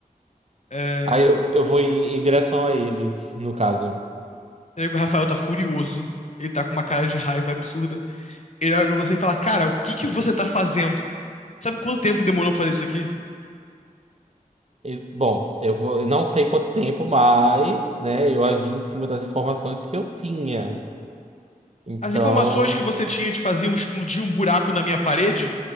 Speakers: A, on the left (about 50°); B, on the right (about 45°).
A: É,
B: Aí eu, eu vou em em direção a eles, no caso.
A: e aí o Rafael tá furioso. Ele tá com uma cara de raiva absurda. Ele olha pra você e fala: Cara, o que que você tá fazendo? Sabe quanto tempo demorou pra fazer isso aqui?
B: E, Bom, eu vou, eu não sei quanto tempo, mas, né, eu agi em cima das informações que eu tinha. Então,
A: As informações que você tinha te faziam explodir um buraco na minha parede?